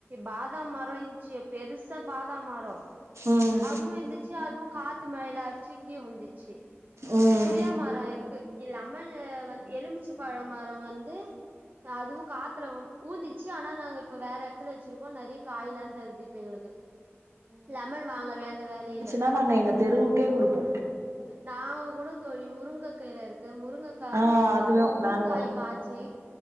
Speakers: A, on the right (about 40°); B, on the right (about 80°).
A: பாதாம் மரோ இருஞ்சு பெருஸ் த்த பாதாம் மரோ
B: ம்
A: அதுவு இந்தி ச்சு அதுவு காத்து மழில அச்சு கீழ ஊந்துச்சு
B: ம்
A: புளியா மரோ இருக்கு இலெமனு வந்து எலுமிச்சு பழோம் மரோ வந்து அதுவு காத்துல ஊந்திச்சு ஆனா நாங்க இப்ப வேற எடத்துல வெச்சுருக்கோ நெறைய காய் எல்லாந் தருது இப்போ எங்களுக்கு லெமன் வாங்க வேண்ட வேலையே இல்ல
B: னா நாங்க எங்க தெருவுக்கே குடுப்போ
A: நாங்க கூட தோழி முருங்க கீர இருக் முருங்கக்கா
B: ஆ அதுவு
A: இப்ப முருங்காய்
B: நாங்களு
A: காச்சு